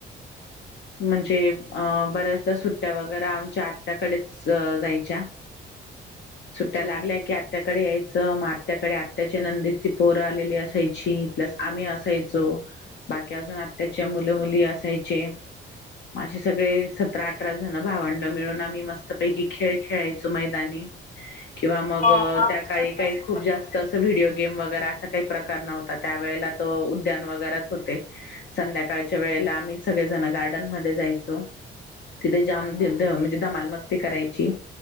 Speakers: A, on the left; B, on the left.
A: म्हणजे अ बऱ्याचदा सु वगैरे आमच्या आत्याकडेच जाय च्या. सुट्ट्या लागल्या की आत्त्याकडे यायचं, मग आत्याकडे आत्याच्या नंदीची पोरं आलेली असायची, प्लस आम्ही असायचो बाकी अजून आत्ताच्या मुलं मुली असायचे. माझे सगळे सतरा अठरा जण भावंड मिळून आम्ही मस्त पैकी खेळ खेळायचो मैदानी. किंवा मग
B: हो आमच्याकडे
A: त्या काळी काही
B: तसच
A: खूप
B: होत
A: जास्त असं व्हिडिओ गेम वगैरे अस काही प्रकार नव्हता त्या वेळेला तो उद्यान वगैरेच होते संध्याकाळच्या वेळेला आम्ही सगळे जण गार डन जायचो तिथे जाम म्हणजे
B: हम्म
A: धमाल मस्ती करायची